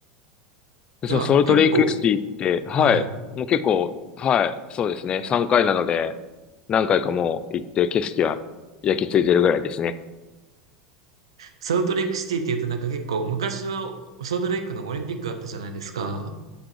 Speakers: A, on the left; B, on the right.
A: で、
B: じゃあもう結構、
A: そのソルトレイクシティって、はい、
B: はいはい。
A: もう結構、はい、そうですね、3回なので、何回かもう行って景色は焼き付いてるぐらいですね。
B: ソルトレイクシティって言うとなんか結構、昔はソルトレイクのオリンピックだったじゃないですか。